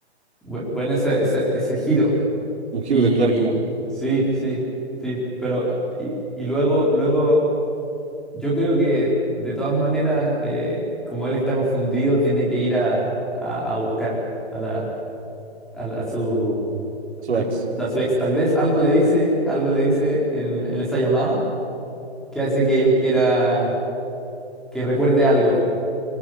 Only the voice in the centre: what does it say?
bu- buen ese, ese, ese giro
y
sí, sí, sí, pero y, y luego, luego, yo creo que de todas maneras, eh, como él está confundido, tiene que ir a, a, a buscar a la, a, la- a su
tal-
a su ex tal vez algo le dice, algo le dice en, en esa llamada que hace que él quiera que recuerde algo,